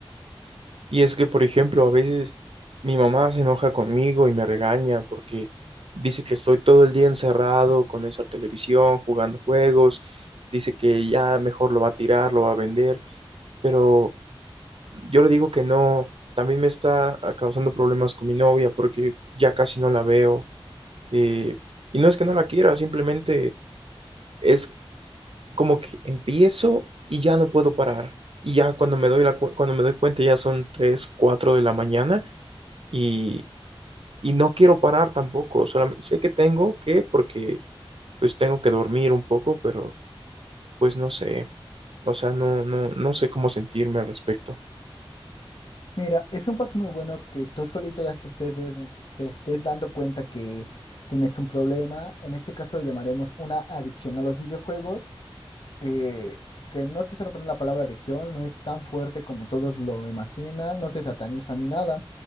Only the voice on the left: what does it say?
Mira, es un paso muy bueno que tú solito ya te estés, des- te estés dando cuenta que tienes un problema. En este caso lo llamaremos una adicción a los videojuegos eh, que no te sorprende la palabra adicción, no es tan fuerte como todos lo imaginan, no se sataniza ni nada.